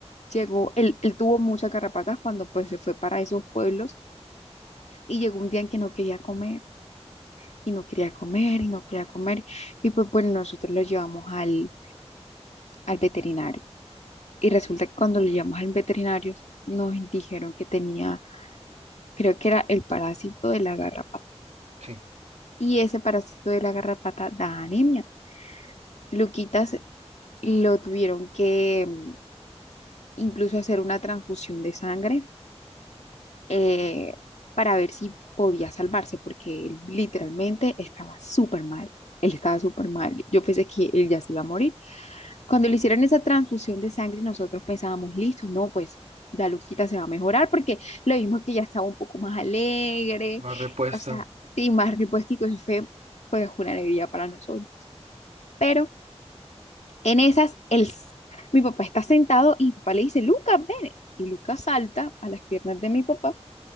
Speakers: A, on the left; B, on the right.
A: llegó, él, él tuvo muchas carrapatas cuando pues se fue para esos pueblos y llegó un día en que no quería comer y no quería comer y no quería comer. Y pues bueno, nosotros lo llevamos al, al veterinario. Y resulta que cuando lo llevamos al veterinario nos dijeron que tenía, creo que era el parásito de la garrapata.
B: sí.
A: Y ese parásito de la garrapata da anemia. Luquitas lo tuvieron que mm, incluso hacer una transfusión de sangre eh, para ver si podía salvarse, porque él literalmente estaba súper mal. Él estaba súper mal. Yo pensé que él ya se iba a morir. Cuando le hicieron esa transfusión de sangre, nosotros pensábamos, listo, no, pues la Luquita se va a mejorar porque lo vimos que ya estaba un poco más alegre,
B: Más repuesto.
A: o sea, sí, más repuestico, eso fue pues una alegría para nosotros. Pero en esas, el, mi papá está sentado y mi papá le dice, Lucas, ven. Y Lucas salta a las piernas de mi papá